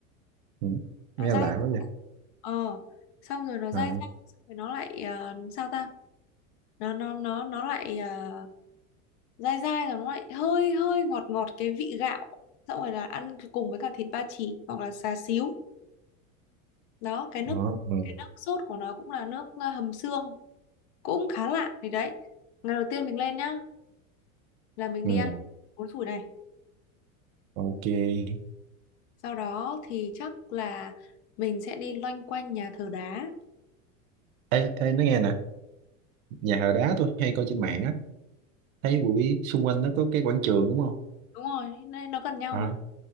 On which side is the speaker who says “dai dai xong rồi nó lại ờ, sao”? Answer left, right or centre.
Left